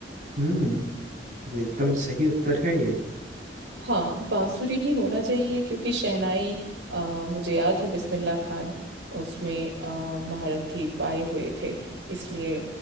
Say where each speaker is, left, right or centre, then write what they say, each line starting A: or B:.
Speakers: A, on the right; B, on the right.
A: हम्म ये एकदम सही उत्तर है ये
B: हाँ बांसुरी ही होना चाहिए क्योंकि शहनाई अ, मुझे याद है बिस्मिल्लाह खान उसमें अ, महारथी पाए हुए थे इसलिए